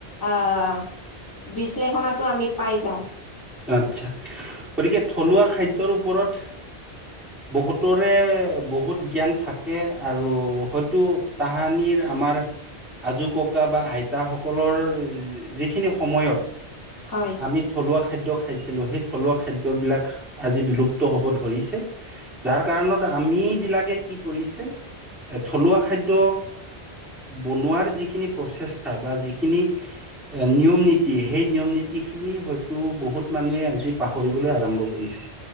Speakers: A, on the left; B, in the centre.
A: আহ বিশ্লেষণটো আমি পাই যাওঁ।
B: আচ্ছা গতিকে থলুৱা খাদ্যয়ৰ ওপৰত বহুতৰে বহুত জ্ঞান থাকে আৰু হয়তো তাহানিৰ। আমাৰ আজো ককা বা আইতা সকলৰ যিখিনি সময়ত।
A: হয়
B: আমি থলুৱা খাদ্য খাইছিলো সেই থলুৱা খাদ্য বিলাক আজি বিলুপ্ত হব ধৰিছে যাৰ কাৰণত। আম বিলাকে কি কৰিছে এ থলুৱা খাদ্য। বনোৱাৰ যিখিনি প্ৰচেষ্টা বা যিখিনি নিয়ম নীতি সেই নিয়ম নীতি খিনি হয়তো বহুত মানুহে আজি পাহৰিবলৈ আৰম্ভ কৰিছে